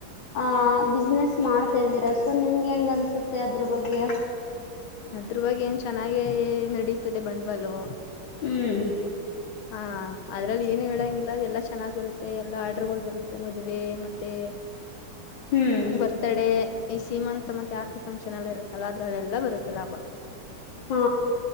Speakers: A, on the left; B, on the left.
A: ಆಹ ಬಿಸ್ನೆಸ್ ಮಾಡ್ತಾ ಇದ್ದೀರಾ ಸೊ ನಿಮ್ಗೆ ಹೆಂಗ ಅನಿಸುತ್ತೆ ಅದ್ರ ಬಗ್ಗೆ
B: ಅದ್ರ ಬಗ್ಗೆ ಏನ್ ಚೆನ್ನಾಗೆ ನಡೀತದೆ ಬಂಡ್ವಾಲು
A: ಹ್ಮ್
B: ಹಾ ಅದ್ರಲ್ಲಿ ಏನು ಹೇಳಂಗಿಲ್ಲ ಎಲ್ಲಾ ಚೆನ್ನಾಗ್ ಬರುತ್ತೆ ಎಲ್ಲ ಆರ್ಡ್ರಗಳು ಬರುತ್ತೆ ಮದ್ವೆ ಮತ್ತೆ
A: ಹ್ಞೂ
B: ಬರ್ತಡ ಈ ಸೀಮಂತ್ ಮತ್ತೆ ಆರ್ತಿ ಫಂಕ್ಷನ್ ಎಲ್ಲ ಇರುತ್ತಲ್ಲ ಅದ್ರಲ್ಲೆಲ್ಲಾ ಬರುತ್ತೆ ಲಾಭ
A: ಹಾ